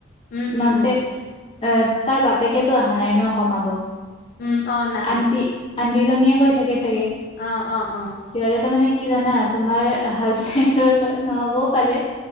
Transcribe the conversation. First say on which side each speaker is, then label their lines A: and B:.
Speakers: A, on the left; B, on the left.
A: উম
B: তোমাক
A: উম উম
B: যে এ তাৰ বাপেকেতো অহা নাই ন কমাব।
A: উম অ নাহে
B: আন্টি আন্টি জনীয়ে কৈ থাকে চাগে।
A: অঁ অঁ অঁ
B: সিহঁতে তা মানে কি জানা তোমাৰ হাজবেণ্ডৰ পৰা নহবও পাৰে।